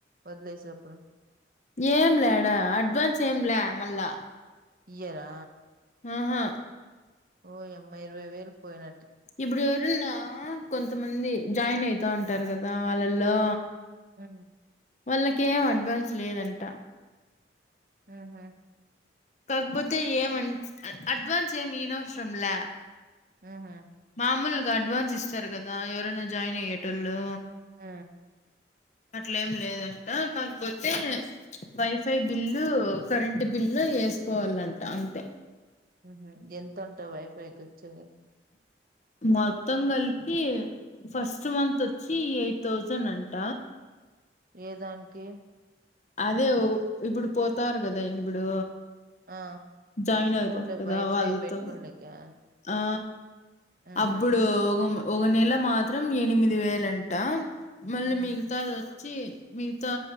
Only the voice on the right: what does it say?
వదిలేసేప్పుడు
ఇయ్యరా
ఓయమ్మ ఇరవై వేలు పోయిన
ఆ
ఊహు
ఆహా
ఆ
ఉహు ఎంతంటా వైఫైకొచ్చే
ఏదానికి
ఆ
ఓన్లీ
వైఫై
పెట్టుకునేకా
ఉహు
ఉహు